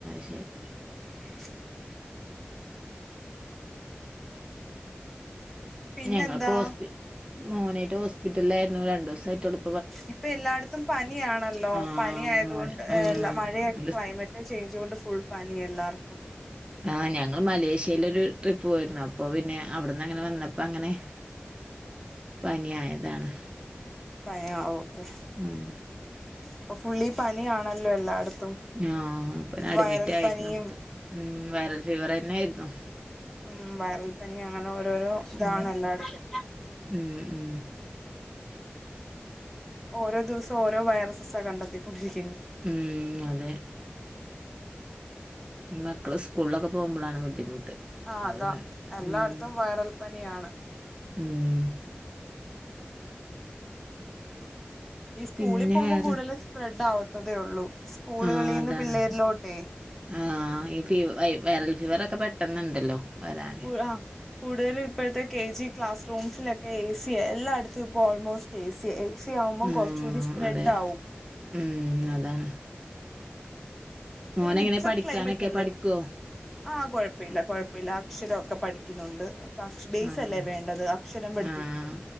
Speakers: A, on the right; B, in the centre.
A: ഹ്ശരി
B: ഉ പിന്നെന്താ
A: ഞങ്ങൾ പ്പ ഹോസ്പിറ്റലിൽ മോനായിട്ട് ഹോസ്പിറ്റലിലായിരുന്നു രണ്ടു ദിവസമായിട്ടുള്ളു
B: ഇപ്പൊ എല്ലായിടത്തും പനിയാണല്ലോ
A: ആഹ്
B: പനി ആയതുകൊണ്ട്
A: മോന് ഉം
B: മഴയ
A: ഡിസ്
B: ക്ലൈമറ്റ് ചേയിഞ്ച് കൊണ്ട് ഫുൾ പനി എല്ലാവർക്കും
A: ആഹ് ഞങ്ങൾ മലേഷ്യൽ ഒരു ട്രിപ്പ് പോയിരുന്നു അപ്പോ പിന്നെ അവിടുന്ന് അങ്ങനെ വന്ന പ്പം അങ്ങനെ പനിയായതാണ്
B: പനിയ ഓക്കെ
A: ഉം
B: ഇപ്പ ഫുള്ളി പനാണല്ലോ എല്ലായിടത്തും
A: ആഹ് അപ്പൊ അഡ്മിറ്റ്
B: വൈറൽ
A: ആയിരുന്നു
B: പനിയും
A: ഉ വൈറൽ ഫീവർ തന്നെ ആയിരുന്നു
B: ഉം വയറൽപ്പനി അങ്ങനെ ഓരോരോ ഇതാണ്
A: ഉം
B: എല്ലായിടത്തും
A: ഉം ഉം
B: ഓരോ ദിവസം ഓരോ വൈറസസ്സാ കണ്ടെത്തിക്കൊണ്ടിരിക്കുന്നു
A: ഉം അതെ ഈ മക്കള് സ്കൂളിലൊക്കെ പോകുമ്പോഴാണ് ബുദ്ധിമുട്ട്
B: ആഹ് അതാ
A: ഓന്ന്
B: എല്ലായിടത്തും
A: ഉം
B: വൈറൽ പനിയാണ്
A: ഉം
B: ഈ സ്കൂളിൽ
A: പിന്നെ
B: പോക്പം
A: വേറെ
B: കൂടുതലും സ്പ്രെഡ് ആവത്തതേ ഉള്ളൂ സ്കൂളുകളിൽന്ന്
A: ആഹ് അതാണ്
B: പിള്ളേരിലോട്ടേ
A: ആഹ് ഈ ഫീ വൈറൽ ഫീവർ ഒക്കെ പെട്ടെന്നുണ്ടല്ലോ വരാന്
B: പുഴ കൂടുതലും ഇപ്പോഴത്തെ കെ ജി ക്ലാസ് റൂംസിലൊക്കെ എഏ സി എല്ലായിടത്തും ഇപ്പോൾ ഓൾമോസ്റ്റ് എഏ സി ഏസി ആവുമ്പം
A: ആഹ്
B: കുറച്ച്കൂടി സ്പ്രെഡ്
A: അതെ
B: ആകും
A: ഉം അതാണ് മോനെങ്ങനെ
B: ഒരു മിക്സഡ്
A: പഠിക്കാനൊക്കെ
B: ക്ലൈമറ്റ് അല്ലേ
A: പഠിക്കോ
B: ആഹ് കുഴപ്പമില്ല കുഴപ്പമില്ല അക്ഷരമൊക്കെ പഠിക്കുന്നുണ്ട് ക്ലാസ്ബേസ്
A: ആഹ്
B: അല്ലേ വേണ്ടത് അക്ഷരം പഠിപ്പിക്ക
A: ആഹ്